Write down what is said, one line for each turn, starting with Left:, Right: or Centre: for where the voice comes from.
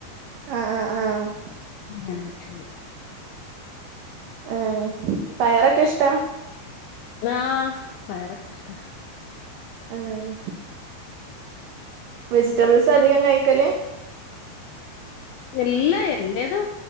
Right: ആഹ് ആഹ് ആഹ്
Left: പിനച്ചുണ്ട്
Right: ആ പയറൊക്കെ ഇഷ്ടാ
Left: ആ പയറ് അഷ്ട
Right: ആഹ് വെജിറ്റബിൾസ് അധികം കഴിക്കല്
Left: എല്ലാ എല്ലേതും